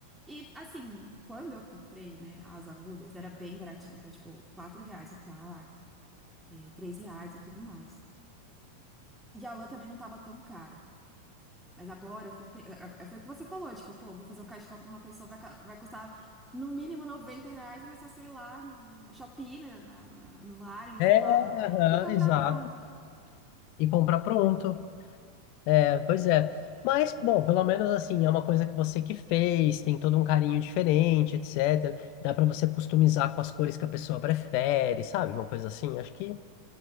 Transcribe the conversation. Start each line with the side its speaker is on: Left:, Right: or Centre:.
Centre: E, assim, quando eu comprei, né, as agulhas, era bem baratinho, era tipo 4 reais o par, é, 3 reais e tudo mais. E a lã também não tava tão cara. Mas agora eu fico. pe- é- é- Foi o que você falou, tipo, pô, vou fazer um cachecol pra uma pessoa, vai, ca- vai custar no mínimo 90 reais, mas só sei lá, no, na, na Shopee, na, na- na- no Lali,
Left: É,
Centre: sei lá,
Left: aham,
Centre: e comprar
Left: exato.
Centre: pronto.
Left: E comprar pronto. É, pois é. Mas, bom, pelo menos assim, é uma coisa que você que fez, tem todo um carinho diferente, etc. Dá pra você customizar com as cores que a pessoa prefere, sabe? Uma coisa assim, acho que